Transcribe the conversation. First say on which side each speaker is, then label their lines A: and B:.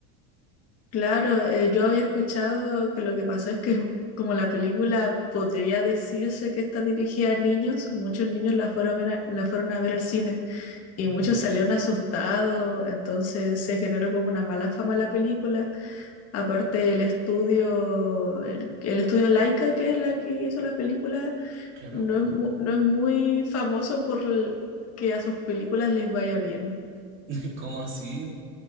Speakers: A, on the left; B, on the right.
A: Claro, eh, yo había escuchado que lo que pasó es que como la película podría decirse que está dirigida a niños, muchos niños la fueron a ver, a- la fueron a ver al cine. y
B: Ujú,
A: muchos salieron asustados, entonces se generó como una mala fama la película. Aparte el estudio, el, el estudio Laika, que es la que hizo la película,
B: Claro.
A: no es, mu- no es muy famoso por l- que a sus películas les vaya bien.
B: <laughs> ¿Cómo así?